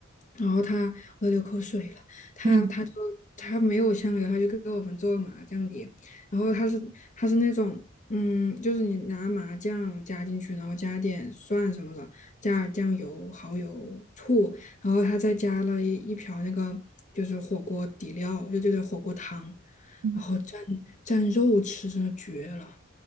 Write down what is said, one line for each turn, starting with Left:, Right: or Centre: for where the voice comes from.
Left: 然后他，我都流口水了。
Right: <laughs>
Left: 他他就他没有香油，
Right: <clears throat>
Left: 他就给我们做麻酱碟。然后他是他是那种，嗯，就是你拿麻酱加进去，然后加点蒜什么的，加点酱油、蚝油、醋，然后他再加了一一瓢那个就是火锅底料，就就是火锅汤，
Right: 嗯，
Left: 然后蘸蘸肉吃，真的绝了。